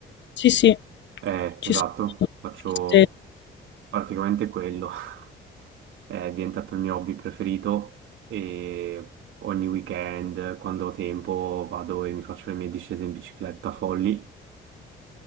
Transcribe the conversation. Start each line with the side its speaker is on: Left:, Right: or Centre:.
Left: Sì, sì.
Right: Eh,
Left: Ci
Right: esatto,
Left: sono
Right: faccio
Left: eh,
Right: Praticamente quello <laughs> è diventato il mio hobby preferito e ogni weekend, quando ho tempo, vado e mi faccio le mie discese in bicicletta folli.